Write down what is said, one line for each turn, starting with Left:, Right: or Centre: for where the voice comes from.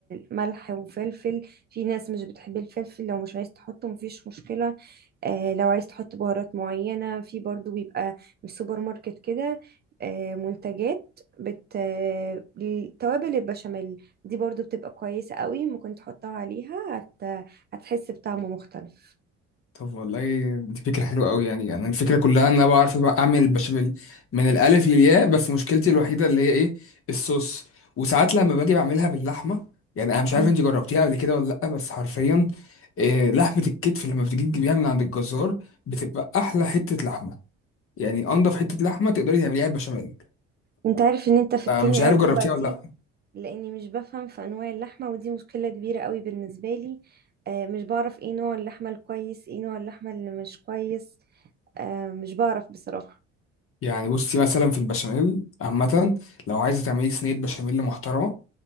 Right: ملح وفلفل في ناس مش بتحب الفلفل لو مش عايز تحطه مفيش مشكلة آه لو عايز تحط بهارات معينة في برضو بيبقى من السوبر ماركت كده آه منتجات بت آه، توابل البشاميل دي برضو بتبقى كويسة قوي ممكن تحطها عليها هت... هتحس بطعم مختلف
Left: طب والله دي فكره حلوه قوي يعني انا الفكره كلها ان انا بعرف بقى اعمل البشاميل من الالف للياء بس مشكلتي الوحيده اللي هي ايه الصوص وساعات لما باجي بعملها باللحمه يعني انا مش عارف
Right: مم.
Left: انت جربتيها قبل كده ولا لا بس حرفيا إيه لحمه الكتف لما بتجي تجيبيها من عند الجزار بتبقى احلى حته لحمه يعني انضف حته لحمه تقدري تعمليها بشاميل
Right: انت عارف ان انت في التاني
Left: آه، مش عارف
Right: قوي
Left: جربتيها
Right: دلوقتي
Left: ولا لا
Right: لاني مش بفهم في انواع اللحمه ودي مشكله كبيره قوي بالنسبه لي آه، مش بعرف ايه نوع اللحمه الكويس ايه نوع اللحمه اللي مش كويس آه، مش بعرف بصراحه
Left: يعني بصي مثلا في البشاميل عامه لو عايزه تعملي صينيه بشاميل محترمه